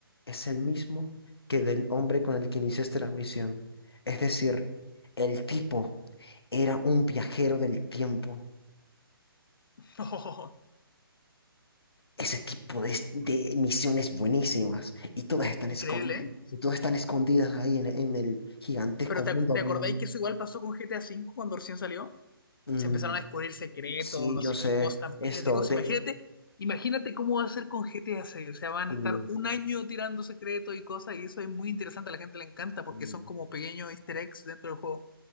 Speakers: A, on the left; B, on the left.
A: es el mismo que del hombre con el que iniciaste la misión. Es decir, el tipo era un viajero del tiempo.
B: <laughs>
A: Ese tipo de, de misiones buenísimas. Y todas están
B: increíble,
A: escondidas,
B: ¿eh?
A: todas están escondidas ahí en, en el gigantesco
B: Pero ¿te,
A: mundo
B: ac- te
A: abierto.
B: acordáis que eso igual pasó con GTA V cuando recién salió?
A: Mm,
B: se empezaron a descubrir secretos,
A: Sí,
B: no
A: yo
B: sé
A: sé
B: qué cosas,
A: esto
B: miles de cosas.
A: de...
B: Imagínate, imagínate cómo va a ser con GTA 6. O sea, van
A: mm,
B: a estar un año tirando secretos y cosas, y eso es muy interesante, a la gente le encanta porque
A: mm,
B: son como pequeños easter eggs dentro del juego.